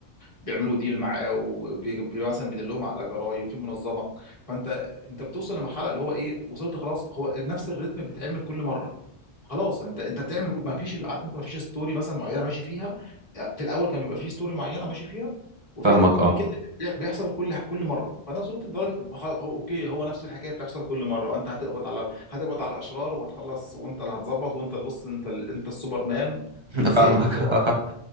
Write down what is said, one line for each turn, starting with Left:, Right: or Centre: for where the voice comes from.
Left: بيعملوا ديل معاه ومثلا بيدلهم على جرايم في منظمه فانت انت بتوصل لمرحله اللي هو ايه وصلت خلاص هو نفس الريتم بيتعمل كل مره خلاص انت انت بتعمل كل ما فيش عارف انت ما فيش ستوري مثلا معينه ماشي فيها آه، في الاول كان بيبقى في ستوري معينه ماشي فيها وفي
Right: فاهمك
Left: رتم
Right: اه
Left: كده بي- بيحصل كل كل مره فانا وصلت لدرجه خلاص، هو- اوكي هو نفس الحكايه بتحصل كل مره انت هتقبض على هتقبض على الاشرار وهتخلص وانت اللي هتظبط وانت اللي بص انت ال- انت السوبرمان
Right: <laughs>
Left: زهقت
Right: فاهمك
Left: اللي هو
Right: <laughs>